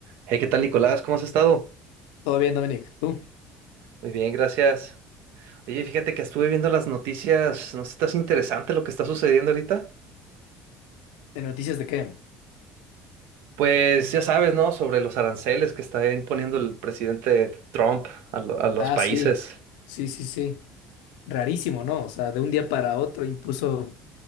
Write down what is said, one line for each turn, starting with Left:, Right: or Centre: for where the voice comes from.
Right: Hey, ¿qué tal, Nicolás? ¿Cómo has estado?
Left: Todo bien, Dominic. ¿Tú?
Right: Muy bien, gracias. Oye, fíjate que estuve viendo las noticias. ¿No estás interesante lo que está sucediendo ahorita?
Left: ¿De noticias de qué?
Right: Pues ya sabes, ¿no? Sobre los aranceles que está imponiendo el presidente Trump a, lo- a los
Left: Ah,
Right: países,
Left: sí. Sí, sí, sí. Rarísimo, ¿no? O sea, de un día para otro impuso